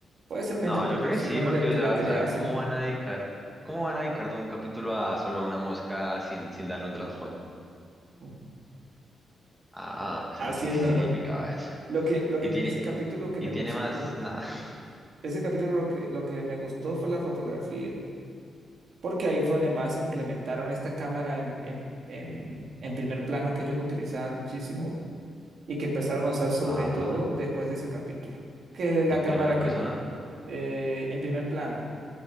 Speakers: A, on the right; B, in the centre.
A: Puede ser una
B: No,
A: interpretación,
B: yo creo que sí,
A: una
B: porque,
A: lectura
B: o sea,
A: que
B: o
A: le
B: sea,
A: hacen
B: ¿cómo van a dedicar, cómo van a dedicar todo un capítulo a solo una mosca sin, sin darle un trasfondo?
A: mm,
B: Ah, o sea,
A: haciéndolo.
B: sí, sí significaba eso.
A: Lo que, lo
B: Y
A: que
B: tiene,
A: tiene ese capítulo que
B: y
A: me
B: tiene
A: gustó,
B: más, nada. <laughs>
A: ese capítulo lo que, lo que me gustó fue la fotografía, porque ahí fue donde más implementaron esta cámara en, en, en, en primer plano que ellos utilizaban muchísimo y que empezaron a usar sobre
B: Ajá,
A: todo después de ese capítulo. Que la
B: en
A: cámara
B: primera persona,
A: que eh, en primer plano.